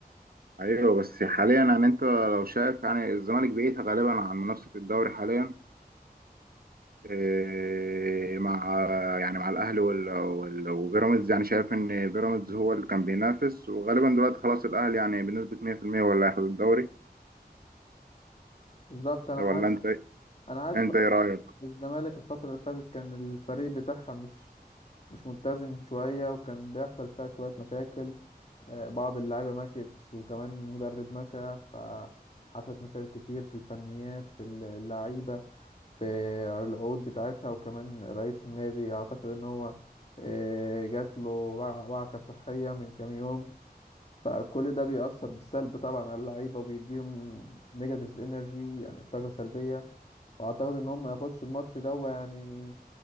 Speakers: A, on the right (about 65°); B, on the left (about 40°).
A: ايوه بس حاليا يعني انت لو شايف يعني الزمالك بعيد غالبا عن منافسه الدوري حاليا إيه مع يعني مع الاهلي وال- وال- وبيراميدز يعني شايف ان بيراميدز هو اللي كان بينافس وغالبا دلوقتي خلاص الاهلي يعني بنسبه 100% ولا هياخد الدوري
B: بالظبط انا
A: ولا
B: حاسس
A: انت
B: انا حاسس
A: انت
B: بقى
A: ايه رايك
B: إن الزمالك الفترة اللي فاتت كان الفريق بتاعها مش مش متزن شوية وكان بيحصل فيها شوية مشاكل آه، بعض اللعيبة مشيت وكمان المدرب مشى فحصلت مشاكل كتير في الفنيات في اللعيبة في العقود بتاعتها وكمان رئيس النادي أعتقد إن هو آه، جات له وع- وعكة صحية من كام يوم فكل ده بيأثر بالسلب طبعا على اللعيبة وبيديهم نيجاتيف انرجي يعني طاقة سلبية وأعتقد إن هم هيخشوا الماتش ده يعني